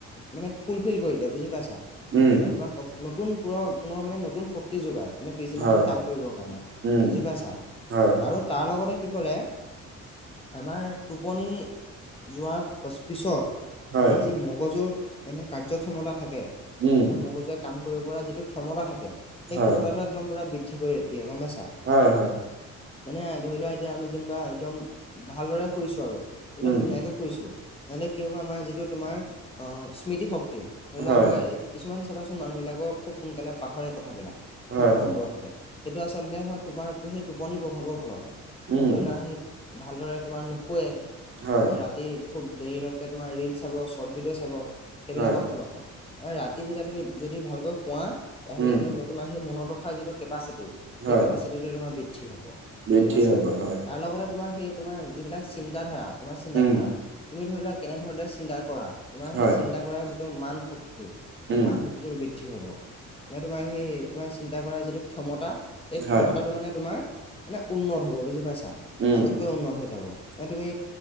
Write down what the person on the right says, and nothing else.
উম,
হয়,
উম,
হয়, হয়,
হয়,
উম।
হয়,
হয় হয়।
উম,
হয়,
হয়,
হয়,
উম,
হয়,
হয়,
উম,
হয়,
বৃদ্ধি
হ'ব। হয়,
উম,
হয়,
উম,
হয়,
উম,